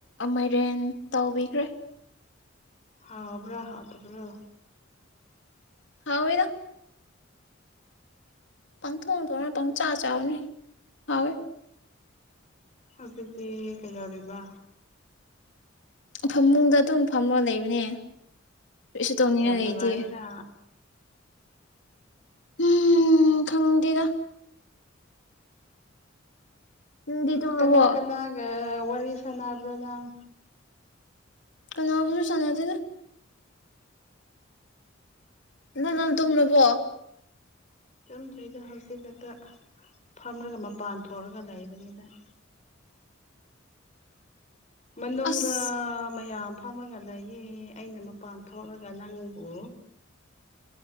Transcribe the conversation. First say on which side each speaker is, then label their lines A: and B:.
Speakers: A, on the left; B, on the left.
A: ꯃꯥꯏꯔꯦꯟ ꯇꯥꯎꯕꯤꯈ꯭ꯔꯦ
B: ꯍꯥꯎꯕ꯭ꯔꯥ ꯍꯥꯥꯎꯇꯕ꯭ꯔꯣ
A: ꯍꯥꯎꯏꯗ ꯄꯪꯊꯣꯡ ꯊꯣꯡꯉ ꯄꯪꯆꯥꯥ ꯆꯥꯕꯅꯤ ꯍꯥꯎꯋꯦ
B: ꯍꯧꯖꯤꯛꯇꯤ ꯀꯩꯗꯧꯔꯤꯕ
A: ꯐꯃꯨꯡꯗ ꯑꯗꯨꯝ ꯐꯝꯃ ꯂꯩꯕꯅꯦ ꯀꯔꯤꯁꯨ ꯇꯧꯅꯤꯡꯉꯥꯏ
B: ꯌꯥꯝ ꯅꯨꯉꯥꯏꯌꯦꯅ
A: ꯂꯩꯇꯦ ꯎꯝ ꯈꯡꯗꯦꯗꯥ ꯅꯪꯗꯤ ꯇꯨꯝꯔꯕꯣ
B: ꯀꯅꯥ ꯀꯅꯥꯒ ꯋꯥꯔꯤ ꯁꯥꯟꯅꯕ꯭ꯔ ꯅꯡ
A: ꯀꯅꯥꯕꯨꯁꯨ ꯁꯅꯥꯗꯦꯗ ꯑꯗꯣ ꯅꯪ ꯇꯨꯝꯂꯕꯣ
B: ꯇꯨꯝꯗ꯭ꯔꯤꯗ ꯍꯧꯖꯤꯛ ꯈꯛꯇ ꯐꯝꯂꯒ ꯃꯄꯥꯟ ꯊꯣꯛꯑꯒ ꯂꯩꯕꯅꯤꯗ <inaudible>
A: ꯑꯁ
B: ꯐꯝꯃꯒ ꯂꯩꯌꯦ ꯑꯩꯅ ꯃꯄꯥꯟ ꯊꯣꯛꯂꯒ ꯅꯪꯕꯨ